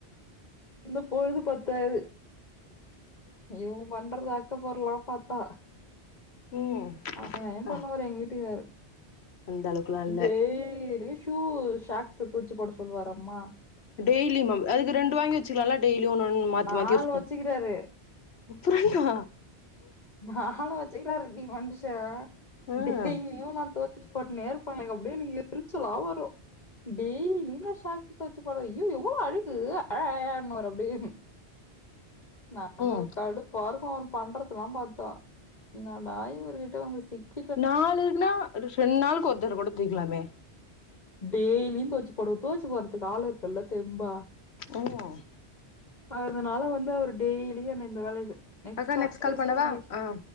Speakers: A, on the left; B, on the left.
A: <unintelligible> பொழுது பத்தாது இவுங்க பண்றது அக்க போர்லா பாத்தா
B: ம்
A: ஆ அயன் பண்ண
B: அ
A: வறே எங்க வீட்டுக்காரு
B: அந்த அளவுக்குலா இல்ல
A: இது இரு ஷூ ஷாக்ஸ் துவச்சு போட சொல்லுவாரம்மா
B: டெய்லிம் அது ரெண்டு வாங்கி வச்சுக்கலால டெய்லி ஒண்ணு ஒன்னு மாத்தி
A: நாலு
B: மாத்தி யூஸ் பண்
A: வச்சுக்கிறாரு
B: அப்டிய்யா
A: நாலு வச்சுக்காருடி மனுஷ
B: ஆ ம்
A: டெய்லியு நா தோச்சு போட்டுனே இருப்ப எனக்கு அப்டியே எனக்கு எரிச்சலா வரு டெய்லியு நா ஷாக்ஸ் தொவச்சு போடுவ ஐய்யோ எவ்ளோ அழுக்கு அ அ அ ம்பாரு அப்டியு நம்மளுக்கு
B: ம்
A: கடுப்பா இருக்கு அவரு பண்றதுல்லா பாத்தா என்னடா இவருகிட்ட வந்து சிக்கி
B: நாலுன்னா ரெண்டு நாளுக்கு ஒருத்தர கூட தொய்க்கலாமே
A: டெய்லியு தொவச்சு போடுவ தொவச்சு போட்றதுக்கே ஆல் இருக்குல்ல தெம்பா
B: ம்
A: அதனால வந்து அவர் டெய்லியு என்ன இந்த வேல இது நெக்ஸ்ட்
B: அக்கா
A: கால் பேசுறண்டி
B: பண்ணவா ஆ